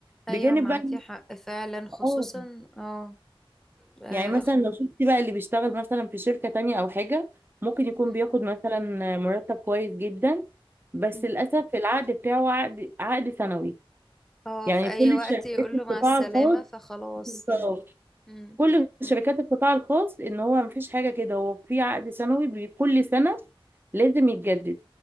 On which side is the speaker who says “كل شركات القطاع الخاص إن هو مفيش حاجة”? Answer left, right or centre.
Right